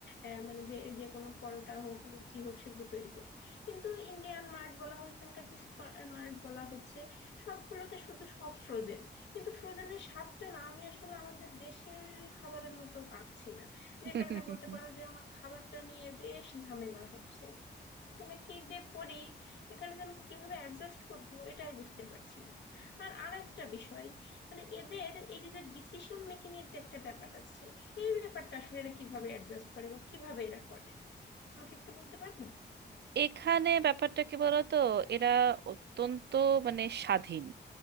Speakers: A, on the left; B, on the right.
A: আহ, মানে যে যে কোনো পরোটা হোক লুচি হোক সেগুলো তৈরি করি কিন্তু ইন্ডিয়ান মার্ট বলা হয় এখানকার যে মার্ট বলা হচ্ছে সবগুলোতে শুধু সব ফ্রোজেন কিন্তু ফ্রোজেনের স্বাদটা না আমি আসলে আমাদের দেশের খাবারের মতো পাচ্ছি না যে
B: <laughs>
A: কারণে বলতে পারো যে আমার খাবারটা নিয়ে বেশ ঝামেলা হচ্ছে মানে কি যে করি এখানে যে আমি কিভাবে অ্যাডজাস্ট করব এটাই বুঝতে পারছি না আর আরেকটা বিষয় মানে এদের এই যে ডিসিশন মেকিং এর যে একটা ব্যাপার আছে এই ব্যাপারটা আসলে এরা কিভাবে অ্যাডজাস্ট করে বা কিভাবে এরা করে আমাকে একটু বলতে পারবে
B: এখানে ব্যাপারটা কি বলতো এরা অত্যন্ত মানে স্বাধীন